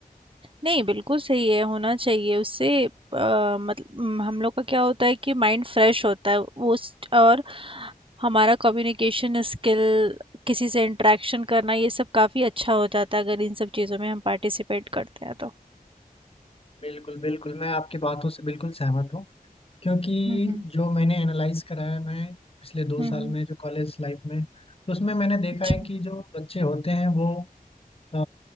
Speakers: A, on the right (about 35°); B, on the left (about 40°).
A: नहीं, बिल्कुल सही है, होना चाहिए उससे अ, मतलब हम लोग का क्या होता है कि माइंड फ्रेश होता है उस और हमारा कम्युनिकेशन स्किल, किसी से इंटरेक्शन करना ये सब काफ़ी अच्छा हो जाता है अगर इन सब चीज़ों में हम पार्टिसिपेट करते हैं तो।
B: बिल्कुल बिल्कुल मैं आपकी बातों से बिल्कुल सहमत हूँ क्योंकि
A: हुँ, हुँ।
B: जो मैंने एनालाइज करा है मैं पिछले दो
A: हुँ,
B: साल
A: हुँ।
B: में जो कॉलेज लाइफ में तो उसमें मैंने देखा
A: अच्छा।
B: है कि जो बच्चे होते हैं वो अ,